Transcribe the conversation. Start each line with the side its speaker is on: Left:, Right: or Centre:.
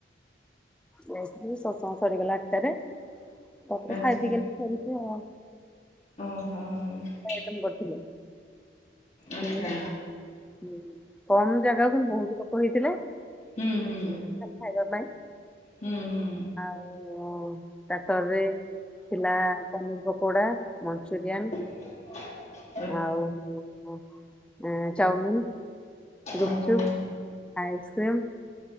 Centre: ବସିଥିଲି ଶତ୍ସଙ୍ଗ ସରିଗଲା ଆଠଟାରେ ତାପରେ
Left: ଆଚ୍ଛା
Centre: ଖାଇ ପି କିିନି ସେମିତି ଆଉ।
Left: ଓହୋ।
Centre: <inaudible> କରିଥିଲେ
Left: ଆଚ୍ଛା
Centre: ହୁଁ। କମ ଜାଗାକୁ କିନ୍ତୁ ବହୁତୁ ଲୋକ ହେଇଥିଲେ।
Left: ହୁଁ ହୁଁ
Centre: ଖାଇବା ପାଇଁ
Left: ହୁଁ ହୁଁ
Centre: ଆଉ ଟାକ୍ଟରରେ। ଥିଲା ପନିରି ପକୋଡା ମଞ୍ଚୁରିଆନ୍।
Left: <inaudible>
Centre: ଆଉ ହଁ ଚାଉମିିନି ରୁପୁଚୁପ୍।
Left: ଓହୋ
Centre: ଆଇସ୍କ୍ରିମ୍।